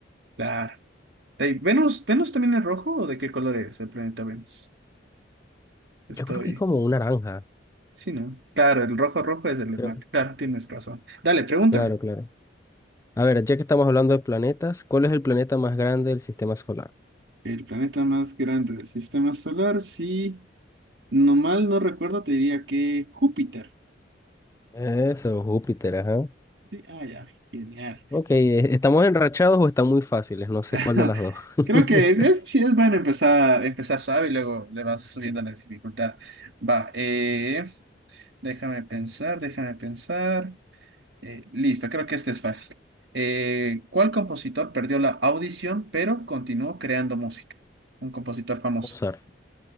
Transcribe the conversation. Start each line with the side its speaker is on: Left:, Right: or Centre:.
Right: Claro. Ey, ¿Venus, Venus también es rojo o de qué color es el planeta Venus? Estoy...
Left: Yo creo que es como una naranja.
Right: Sí, ¿no? Claro, el rojo rojo es el
Left: Creo.
Right: mate. Claro, tienes razón. Dale, pregúntame.
Left: Claro, claro. A ver, ya que estamos hablando de planetas, ¿cuál es el planeta más grande del sistema solar?
Right: El planeta más grande del sistema solar, sí. No mal no recuerdo, te diría que Júpiter.
Left: Eso, Júpiter, ajá.
Right: Sí, ah, ya, genial.
Left: Ok, eh, ¿estamos enrachados o están muy fáciles? No sé
Right: <laughs>
Left: cuál de las dos. <laughs>
Right: Creo que eh, sí es bueno empezar, empezar suave y luego le vas subiendo la dificultad. Va, eh, déjame pensar, déjame pensar. Eh, listo, creo que este es fácil. Eh, ¿cuál compositor perdió la audición pero continuó creando música? Un compositor famoso.
Left: Mozart.